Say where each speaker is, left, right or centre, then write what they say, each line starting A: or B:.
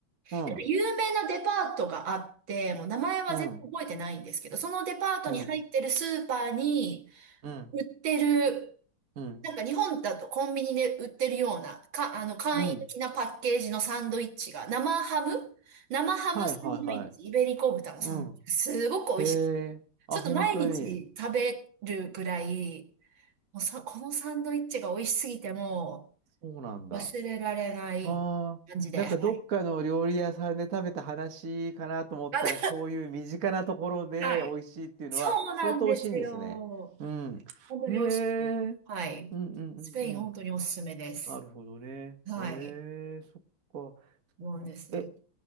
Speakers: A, on the right; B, on the right.
A: ー、
B: うん、
A: 有名なデパートがあって、もう名前は全然覚えてないんですけど、
B: うん、
A: そのデパートに入ってるスーパーに
B: うん、うん、
A: 売ってる、
B: うん、
A: なんか日本だとコンビニで売ってるような、か、あの、簡易的なパッケージのサンドイッチが、
B: うん。
A: 生ハム生ハムサンドイッチ、
B: はいはいはい。
A: イベリコ豚のサンドイッチ、
B: うん。
A: すごく美味しい。
B: へえ、あ、
A: ちょっと毎日食べるぐらい、
B: 本当に。
A: もうさ、このサンドイッチが美味しすぎても
B: そうなんだ。
A: う忘れられない感じで。
B: ああ、なんかどっかの料理屋さんで食べた話かなと思ったら、
A: はい。<laughs> あ、で
B: そういう身近なところで美味しいっていうのは相当美味しいんですね。
A: はい。そうなんですよ。
B: うん。
A: 本当に美味しいですね。
B: へえ。
A: はい。
B: うんうんうんうん。
A: スペイン本当におすすめです。
B: なるほどね。
A: はい。
B: へえ、そっか。
A: なんです。
B: え、